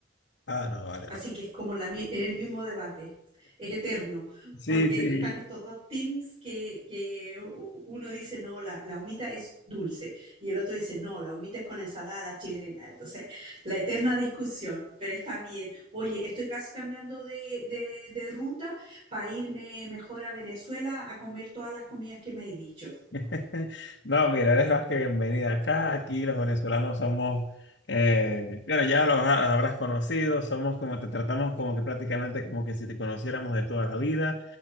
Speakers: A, on the left; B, on the right.
A: Ah, no, vale,
B: Así
A: no.
B: que es como la, mi- el mismo debate. Es eterno,
A: Sí,
B: porque
A: sí.
B: están estos dos teams que, que u- uno dice, no, la, la humita es dulce, y el otro dice, no, la humita es con ensalada a la chilena. Entonces, la eterna discusión, pero está bien. Oye, estoy casi cambiando de, de, de ruta para irme mejor a Venezuela a comer todas las comidas que me hay dicho.
A: <laughs> No, mira, eres más que bienvenida acá. Aquí los venezolanos somos, eh, bueno, ya los ha- habrás conocido, somos como te tratamos como que prácticamente como que si te conociéramos de toda la vida,